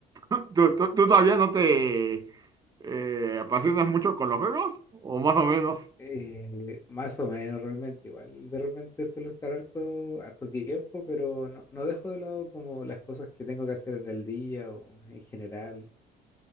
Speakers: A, on the right (about 25°); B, on the left (about 15°).
A: <laughs> ¿Tú, tú- tú todavía no te eh, apasionas mucho con los juegos? ¿O más o menos?
B: Eh, más o menos realmente, igual de repente suelo estar harto, harto tiempo, pero no, no dejo de lado como las cosas que tengo que hacer en el día o en general,